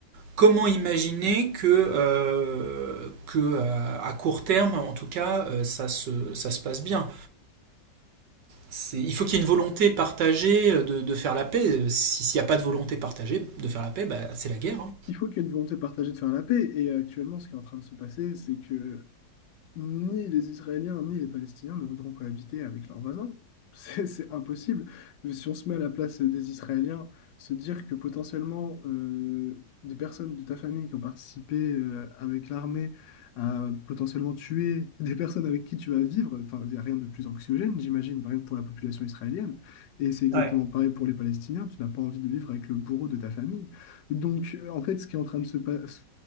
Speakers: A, on the right; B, on the left.
A: comment imaginer que, euh, que euh, à court terme, en tout cas, euh, ça se, ça se passe bien? C'est- il faut qu'il y ait une volonté partagée euh, de, de faire la paix. Euh, Si- S'il n'y a pas de volonté partagée de faire la paix, bah, c'est la guerre. hein.
B: Il faut qu'il y ait une volonté partagée de faire la paix. Et actuellement, ce qui est en train de se passer, c'est que ni les Israéliens ni les Palestiniens ne voudront cohabiter avec leurs voisins. <laughs> C'est c'est impossible. Si on se met à la place des Israéliens, se dire que potentiellement euh, des personnes de ta famille qui ont participé euh, avec l'armée à potentiellement tuer des personnes avec qui tu vas vivre, enfin, il n'y a rien de plus anxiogène, j'imagine, rien que pour la population israélienne. Et c'est exactement
A: Ouais,
B: pareil pour les Palestiniens. Tu n'as pas envie de vivre avec le bourreau de ta famille. Donc, euh, en fait, ce qui est en train de se passer,